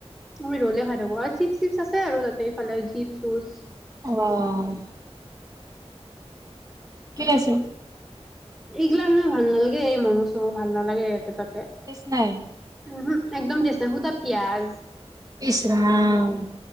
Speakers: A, in the centre; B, on the right.
A: আমি ৰলে খাই থাকো আৰু চিপ চিপ আছে ছে ৰুল তাতে ইফালে জীপ চুজ
B: আহ কি আছে
A: এইগিলাক মানে ভাল নালাগে এই ম'মো চবো ভাল নালাগে এ তাত
B: টেষ্ট নাই
A: উমহোঁ একদম তেজ নাই শুদা পিয়াজ
B: ইছৰাম